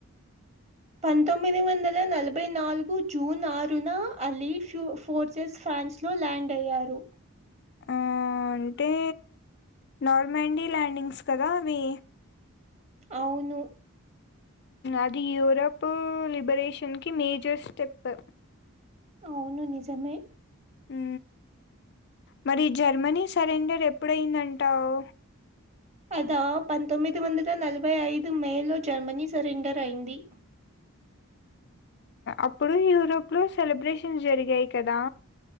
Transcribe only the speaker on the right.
పంతొది వందల నలభై నల్గు జూన్ ఆరు నా అలీ ఫ ఫోర్సెస్ ఫ ఫ్రాన్స్ లో ల్యాండ్ అయ్యారు
అవును
అవును నిజమే
అద పంతొమ్మిది వందల నలభై ఐదు మే లో జర్మనీ సరెండర్ అయింది